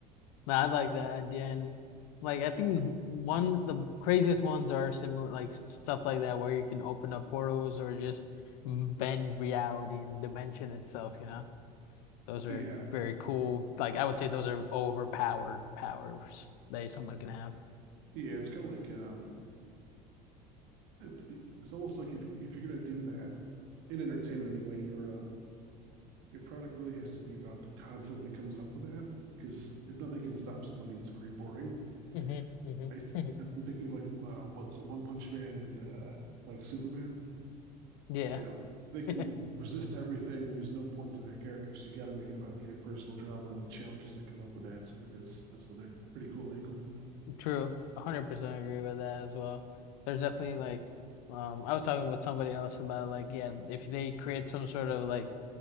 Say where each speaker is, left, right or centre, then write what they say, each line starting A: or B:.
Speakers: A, on the left; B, on the right.
A: No, I like that idea, and like I think one the craziest ones are similar like stuff like that where you can open up portals or just bend reality and dimension itself. You know, those
B: yeah.
A: are very cool. Like I would say those are overpowered powers that someone can have.
B: Yeah, it's kind of like um, it, it's almost like if you- if you're gonna do that in entertainment anyway, your um your product really has to be about the conflict that comes up with that. Because if nothing can stop somebody, it's very boring,
A: hmm hmm
B: right?
A: <laughs>
B: And I'm thinking of like uh, what's it, One Punch Man and uh, like Superman.
A: Yeah,
B: You know, they can
A: <laughs>
B: resist everything. There's no point to their character, so you got to make it about the interpersonal drama and the challenges that come up with that. So I think that's that's another pretty cool angle.
A: true. 100% agree with that as well. There's definitely like, um, I was talking with somebody else about like, yeah, if they create some sort of like